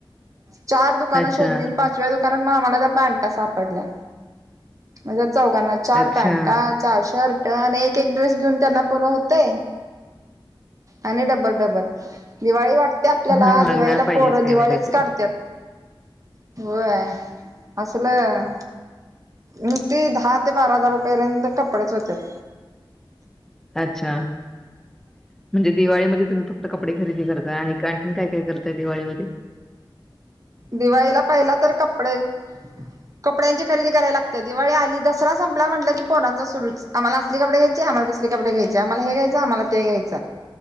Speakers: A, on the right; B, in the centre.
A: चार दुकानं
B: अच्छा
A: शोधली आणि पाचव्या दुकानच्या नात आमाला त्या पॅन्टा सापडल्या म्हणजे चौघांना चार
B: अच्छा
A: पॅन्टा, चार शर्ट आणि एक एक ड्रेस घेऊन त्यांना पूर हुतय आणि डबल डबल दिवाळी वाट त्या आपल्याला
B: हा
A: दिवाळीला
B: नाही पाहिजेच
A: पोर
B: काही
A: दिवाळंच
B: ना काहीतरी
A: काढत्यात. होय असलं नुस्ती दहा ते बारा हजारा पर्यंत कपडेच होत्यात.
B: अच्छा म्हणजे दिवाळीमध्ये तुम्ही फक्त कपडे खरेदी करताय आणि आणखीन काय काय करताय दिवाळी मध्ये
A: दिवाळीला पहिला तर कपडे कपड्यांची खरेदी कराय लागत्या दिवाळी आली, दसरा संपला म्हटलं की पोरांच सुरूच आम्हाला असली कपडे घ्यायची आम्हालां तसली कपडे घ्यायचे आम्हाला हे घ्यायच आम्हाला ते घ्यायच